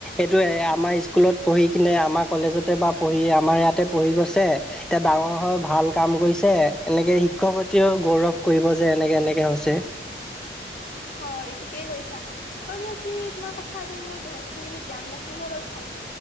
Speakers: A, in the centre; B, on the left.
A: এইটোৱে আমাৰ স্কুলত পঢ়ি কিনে আমাৰ কলেজতে বা পঢ়ি আমাৰ ইয়াতে পঢ়ি গৈছে এতিয়া ডাঙৰ হৈ ভাল কাম কৰিছে এনেকে শিক্ষকত্ৰীয়েও গৌৰৱ কৰিব যে এনেকে এনেকে হৈছে
B: হয় ঠিকেই কৈছা বাৰু আজি তোমাৰ কথা আ মোৰ যথেষ্ট খিনি জ্ঞান লাখো হলল